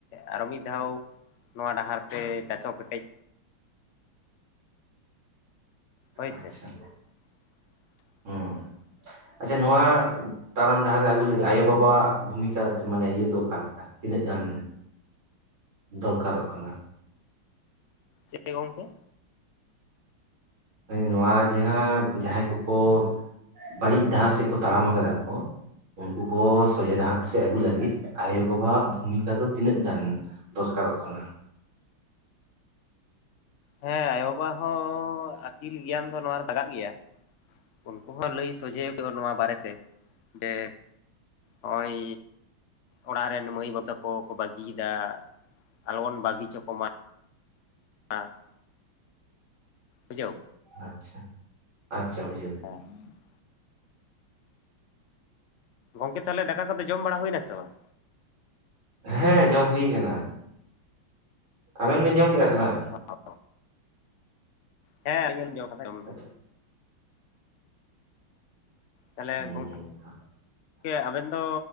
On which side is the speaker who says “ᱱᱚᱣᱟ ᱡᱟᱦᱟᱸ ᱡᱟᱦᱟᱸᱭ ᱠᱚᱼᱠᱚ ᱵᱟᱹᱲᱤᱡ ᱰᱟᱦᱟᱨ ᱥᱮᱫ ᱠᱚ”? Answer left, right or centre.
Right